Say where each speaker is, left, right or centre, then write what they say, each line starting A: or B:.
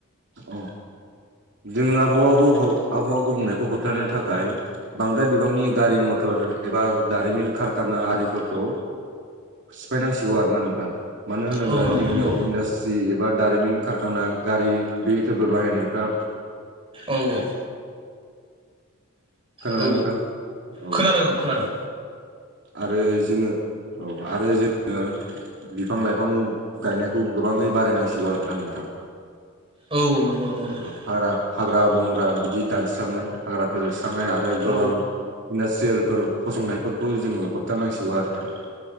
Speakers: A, on the right; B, on the right.
A: अ जोङो आबहावाखौ आबहावा गुबुंनायखौ होबथानो थाखाय बांद्राय बिबांनि गारि मथर एबा दारिमिन कारखाना आरिफोरखौ सिफायनांसिगौ आरोना नोंथां मानो होनोब्ला
B: औ नंगौ
A: जोंनियाव
B: नंगौ
A: इन्डास्ट एबा दारिमिन खारखाना गारि भेहिकेलफोर बाहायनायफ्रा
B: औ औ
A: खोनादोंना
B: औ
A: नोंथां औ
B: खोनादों खोनादों
A: आरो जोङो औ आरो जोङो बिफां लाइफां गायनायखौ गोबाङै बारायनांसिगौ आरो ना नोंथां‌।
B: औ नंगौ नंगौ। नोंथां
A: औ हाग्रा हाग्रा बंग्रा बिदि दानस्रांनाय हाग्रा फोजोबस्रांनाय आरो
B: औ
A: गोबां इन्डासट्रियेलफोर फसंनायफोरखौ जोङो होबथानांसिगौ आरो ना।